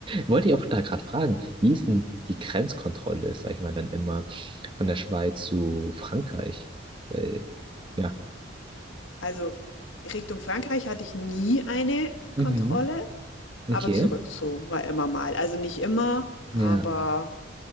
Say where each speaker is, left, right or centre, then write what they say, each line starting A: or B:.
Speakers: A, on the right (about 25°); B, on the left (about 75°).
A: Wollte ich auch da gerade fragen, wie ist denn die Grenzkontrolle, ist, sag ich mal, dann immer von der Schweiz zu Frankreich? Weil, ja.
B: Also Richtung Frankreich hatte ich nie eine
A: Mhm.
B: Kontrolle, aber
A: Okay.
B: zurück zu war immer mal. Also nicht immer, aber
A: Ja,